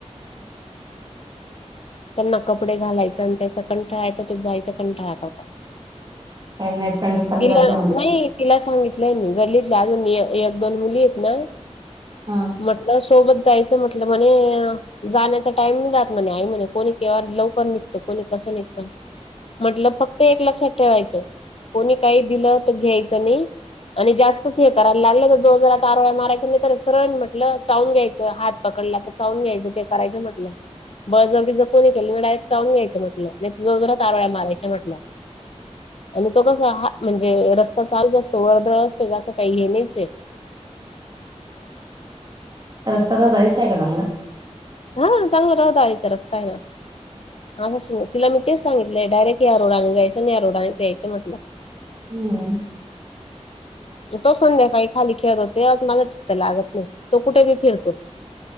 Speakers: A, on the left (about 55°); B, on the right (about 35°).
A: त्यांना कपडे घालायचं आणि त्याचा कंठाळा तर ते जायचं कंटाळा करतात.
B: काही नाही पेंडू चालली
A: तिला
B: जात जा
A: नाही.
B: म्हणा
A: तिला सांगितलंय मी गल्लीतले अजून एक दोन मुली आहेत ना -
B: हा
A: म्हटलं सोबत जायचं म्हटलं म्हणे जाण्याचा टाइम नाही राहत म्हणे आई म्हणे - कोणी केव्हा लवकर निघत कोणी कसं निघत म्हटलं फक्त एक लक्षात ठेवायचं. कोणी काही दिलं तर घ्यायचं नाही. आणि जास्तच हे करायला लागलं तर जो जरात आारळ्या मारायचं नाही तर सरण म्हटलं - चाऊून घ्यायचं हात पकडला तर चावून घ्यायचं ते करायचं म्हटलं बळजबरी- डायरेट चावून घ्यायंचा म्हटलं जोर जोरात आरळ्या मारयंच म्हटलं. आणि तो कसा हा म्हणजे रस्ता चालूच असतो ' वरदळ असते तर असं काही नाहीच आहे.
B: रस्त्या रहदारीच आहे का चांगला -
A: हा चांगला रहदारीचा रस्ता आहे ना - असं तला मी ते सांगितलंय डायरेक्ट या रोडाने जायचं आणि या रोडाने जा यायं म्हटलं.
B: हम्म
A: तो संध्याकाळी खाली खेळत होते आज माझ चित् लागत नाही तो कुठे बी फिरतो.